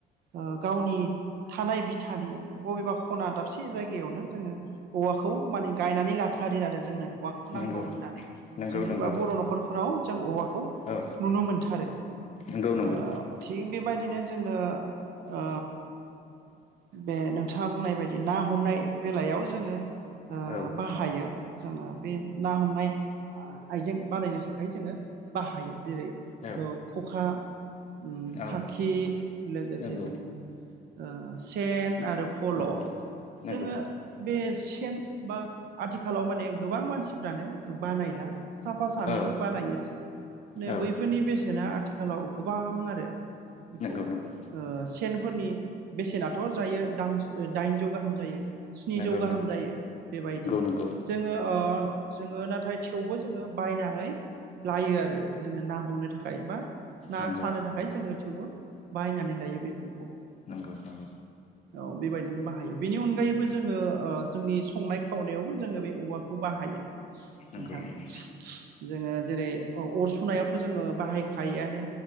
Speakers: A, on the right; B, on the left.
A: ओ गावनि थानाय बिथानि बबेबा खना दाबसे जायगायावनो जोङो औवा खौ माने गायनानै लाथारो आरो जोंनो औवाखौ नांगौ
B: नंगौ
A: होननानै
B: नंगौ
A: जोंनि
B: नंगौ
A: बा बर' न'खरफोराव जों औवाखौ
B: औ
A: नुनो मोनथारो
B: नंगौ नंगौ
A: ओ थिग बेबायदिनो जोङो ओ बे नोंथाङा बुंनाय बायदि ना हमनाय बेलायाव जोङो ओ
B: औ नोंथां
A: बाहायो जोङो बे ना हमनाय आइजें बानायनो था खाय जोङो बाहायो जेरै
B: औ
A: ओ खखा उम
B: औ
A: खाखि लोगोसे
B: नंगौ
A: जोङो ओ सेन आरो फल'
B: नंगौ नंगौ
A: जोङो बे सेन बा आथिखालाव माने गोबां मानसिफ्रानो बानायला साफा सानैल'
B: औ
A: बानायोसै माने
B: औ
A: बैफोरनि बेसेना आथिखालाव गोबां आरो बेखौ
B: नंगौ
A: ओ
B: नंगौ
A: सेन फोरनि बेसेनाथ' जायो दाम दाइनजौ गाहाम जायो स्निजौ
B: नंगौ नंगौ
A: गाहाम जायो बेबायदि
B: नंगौ
A: जोङो ओ जोङो नाथाय थेवबो जोङो बायनानै लायो आरो जोङो ना हमनो थाखाय बा ना
B: नंगौ
A: सानो थाखाय जोङो थेवबो बाहायनानै लायो बेफोर
B: नंगौ नंगौ
A: औ बेबायदिनो बाहायो बेनि अनगायैबो जोङो ओ जोंनि संनाय खावनायावबो जोङो बे औवाखौ बाहायो
B: नंगौ
A: नोंथां
B: नंगौ
A: जोङो जेरै अर सुनायावथ' जोङो बाहायखायोआनो